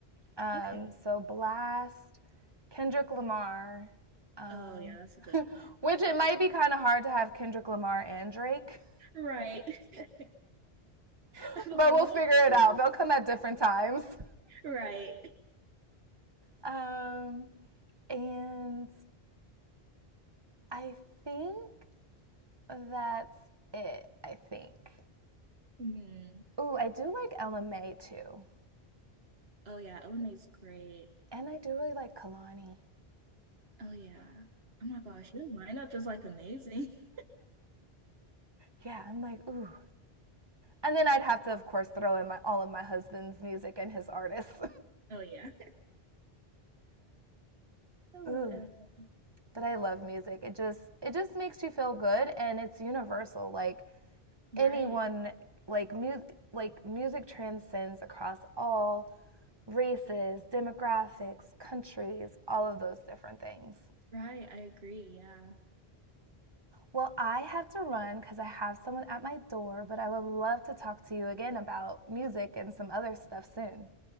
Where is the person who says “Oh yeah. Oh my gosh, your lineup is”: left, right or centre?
Right